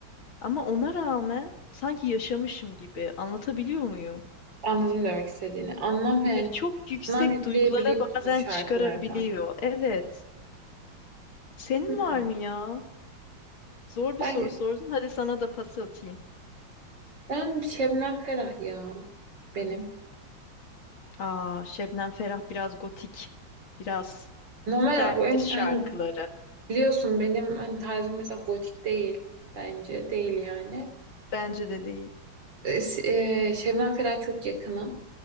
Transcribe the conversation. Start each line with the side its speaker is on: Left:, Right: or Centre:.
Left: Ama ona rağmen sanki yaşamışım gibi anlatabiliyor muyum?
Right: anladım demek istediğini. Anlam
Left: Ya
Right: yani
Left: böyle çok yüksek
Right: anlam yükleyebiliyorsun
Left: duygulara bazen
Right: şarkılarına.
Left: çıkarabiliyor. Evet. Senin
Right: Hmm.
Left: var mı ya? Zor bir
Right: Ben
Left: soru sordun. Hadi sana da pas atayım.
Right: Ben Şebnem Ferah ya benim.
Left: Aa, Şebnem Ferah biraz gotik. Biraz
Right: Normal olarak
Left: serttir
Right: bu benim
Left: şarkıları.
Right: hani biliyorsun benim hani tarzım mesela gotik değil bence değil yani.
Left: Bence de değil.
Right: E, s- e, Şebnem Ferah çok yakınım